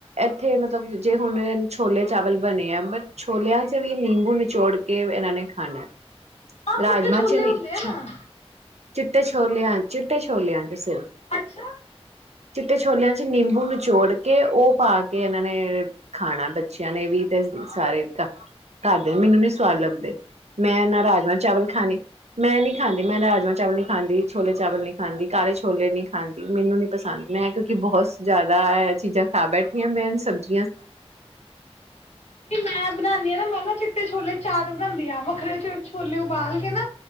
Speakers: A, on the right; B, on the left.
A: ੱਥੇ ਮਤਲਬ ਜੇ ਹੁਣ ਛੋਲੇ ਚਾਵਲ ਬਣੇ ਆ ਬਟ ਛੋਲਿਆਂ ਚ ਵੀ ਨਿੰਬੂ ਨਿਚੋੜ ਕੇ ਇਹਨਾਂ ਨੇ ਖਾਣੇ
B: ਆਹ
A: ਰਾਜਮਾ
B: ਸੁੱਕੇ ਛੋਲੇ
A: ਚਨੇਚਛਾ
B: ਹੁੰਦੇ ਆ ਨਾ,
A: ਛੋਲਿਆਂਹਨ ਚਿੱਟੇ ਛੋਲਿਆਂ ਹਨ ਸਿਰ
B: ਅੱਛਾ
A: ਚਿੱਟੇ ਛੋਲਿਆਂ ਚ ਨਿੰਬੂ ਨਚੋੜ ਕੇ ਉਹ ਪਾ ਕੇ ਇਹਨਾਂ ਨੇ ਖਾਣਾ ਬੱਚਿਆਂ ਨੇ ਵੀ ਤੇ, ਸਾਰੇ ਕਰਦੇ ਨੇ ਮੈਨੂੰ ਨੀ ਸਵਾਦ ਲੱਗਦੇ। ਮੈਂ ਨਾ ਰਾਜਮ ਚਾਵਲ ਖਾਣੇ ਮੈਂ ਨੀ ਖਾਂਦੀ, ਮੈਂ ਰਾਜਾ ਚਾਵਲ ਨੀ ਹਾਂਜੀ, ਛੋਲੇ ਚਾਵਲ ਨੀ ਖਾਂਦੀ ਕਾਲੇ ਛੋਲੇ ਨੀ ਖਾਂਦੀ ਮੈਨੂੰ ਨੀ ਪਸੰਦ ਮੈਂ ਕਿਉਂਕਿ ਬਹੁਤ ਜ਼ਿਆਦਾ ਏ ਚੀਜ਼ਾਂ ਖਾ ਬੈਠੀਆਂ ਮੈਂ ਸਬਜ਼
B: ਮੈਂ ਬਣਾਉਣ ਦੀ ਹਾ ਨਾ ਮੈਂ ਨਾ ਚਿੱਟੇ ਛੋਲੇ ਚਾਟ ਬਣਾਉਂਦੀ ਆ ਵੱਖਰੇ ਛੋਲੇ ਉਬਾਲ ਕੇ ਨਾ